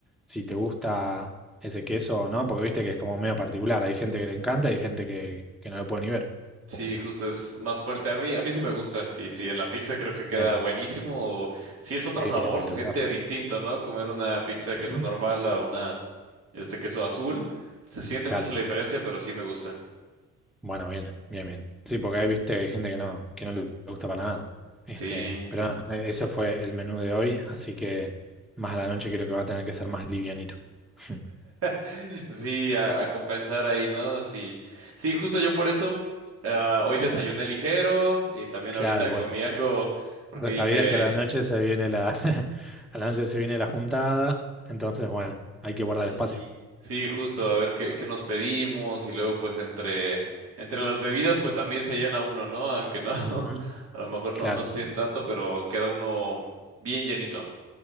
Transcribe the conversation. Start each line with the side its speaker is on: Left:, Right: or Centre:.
Centre: si te gusta ese queso o no, porque viste que es como medio particular, hay gente que le encanta y hay gente que, que no lo puede ni ver.
Right: Sí, justo es más fuerte. A mí, a mí sí me gusta. Y sí, en la pizza creo que queda
Centre: Bien,
Right: buenísimo. Sí es otro
Centre: sí,
Right: sabor,
Centre: que espectacular.
Right: se siente distinto, ¿no? Comer una pizza de
Centre: Ujú.
Right: queso normal a una, este queso azul. Se siente
Centre: Claro.
Right: mucho la diferencia, pero sí me gusta.
Centre: Bueno, bien, bien, bien. Sí, porque ahí viste que hay gente que no, que no le gusta para nada. Este,
Right: Sí,
Centre: pero nada, e- ese fue el menú de hoy, así que más a la noche creo que va a tener que ser más livianito. <laughs>
Right: <laughs> sí, a, a compensar ahí, ¿no? Sí, sí, justo yo por eso, ah, hoy desayuné ligero y también
Centre: Claro,
Right: ahorita
Centre: pues,
Right: comí algo porque
Centre: porque sabías
Right: dije.
Centre: que a la noche se viene la, <laughs> a la noche se viene la juntada, entonces bueno, hay que guardar
Right: Sí,
Centre: espacio.
Right: sí, justo, a ver qué, qué nos pedimos y luego pues entre, entre las bebidas pues también se llena uno, ¿no? Aunque no, <laughs> a
Centre: Ujú.
Right: lo mejor no,
Centre: Claro.
Right: no se siente tanto, pero queda uno bien llenito.